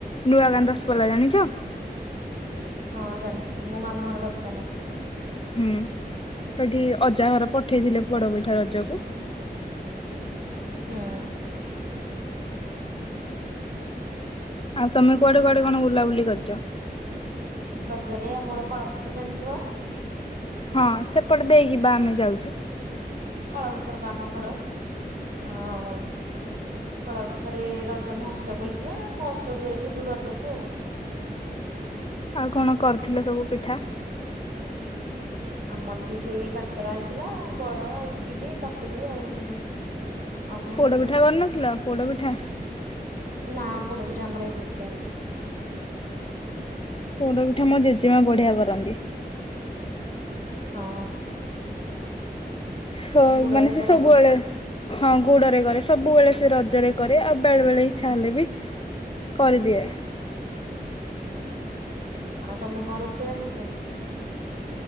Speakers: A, on the left (about 35°); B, on the right (about 60°).
A: ନୂଆବାନ୍ଧାସପଲା ଜାଣିଛ?
B: ହଁ ଜାଣିଛି ମୋ ମାମୁଁ ଘର ଦଶ ପାଲା।
A: ହୁଁ ସେଠି ଅଜା ଘର ପଠେଇଥିଲେ ପୋଡ ପିଠା ରଜକୁ।
B: ହୁଁ।
A: ଆଉ ତମେ କୁଆଡେ କୁଆଡେ କଣୁ ବୁଲା ବୁଲି କରିଛ?
B: ରଜରେ ଆମର କଳାପଥର ଜାଣିଥିବ?
A: ହଁ ସେପଟେ ଦେଇକିିବା ଆମେ ଯାଉଚୁ।
B: କଳପଥର ବା ଆମ ଘର। ହଁ। କଳା କଥାରେ ରଜ ମହୋତ୍ସବ ହେଇଥିଲା ମହୋତ୍ସବ ଯାଇଥିଲୁ ରଜକୁ ଆଉ।
A: ଆଉ କଣ କରିଥିଲ ସବୁ ପିଠା?
B: ଆମର ବି ସେଇ କାକେରା ହେଇଥିଲା ବରା ଇଟିଲି ଚକୁଳି ଆଉ ଆଉ କଣ
A: ପୋଡ଼
B: ହେଇଥିଲା
A: ପିଠା କରିନଥିଲ ପୋଡ଼ ପିଠା?
B: ନା ପୋଡପିଠା ଆମର ହେଇନଥିଲା ଏଇ ବର୍ଷ।
A: ପୋଡ ପିଠା ମୋ ଜେଜେମା ବଢିଆ କରନ୍ତି।
B: ହଁ।
A: ସ
B: ଗୁଡରେ
A: ମାନେ ସେ
B: କରନ୍ତିନି
A: ସବୁବେଳେ ହଁ ଗୁଡ଼ ରେ କରେ ସବୁବେଳେ ସେ ରଜରେ କରେ ଆଉ ବେଳେ ବେଳେ ଇଚ୍ଛା ହେଲେ ବି କରିଦିଏ।
B: ହୁଁ ଆଉ ତମ କଣ ରୋଷେଇ ଆସିଚି?